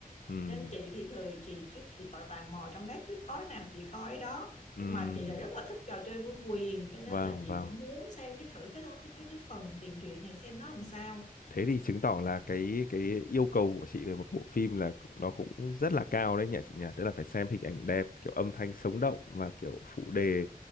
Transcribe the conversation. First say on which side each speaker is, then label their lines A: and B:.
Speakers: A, on the left; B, on the left.
A: ừ
B: Nên chị thì thời chị trước chị tò tàn mò trong Netflix có nào chị coi đó
A: ừ
B: nhưng mà chị lại rất là thích trò chơi vương quyền cho nên
A: vâng
B: là chị
A: vâng
B: cũng muốn xem cái thử cái cái cái cái phần tiền truyện này xem nó làm sao
A: thế thì chứng tỏ là cái cái yêu cầu của chị về một bộ phim là cũng- nó cũng rất là cao đấy nhỉ chị nhỉ tức là phải xem hình ảnh đẹp kiểu âm thanh sống động và kiểu phụ đề